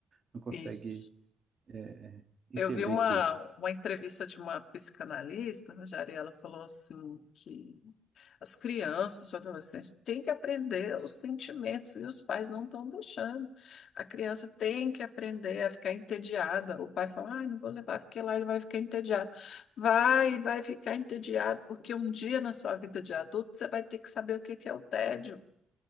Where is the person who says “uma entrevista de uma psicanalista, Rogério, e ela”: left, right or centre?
Left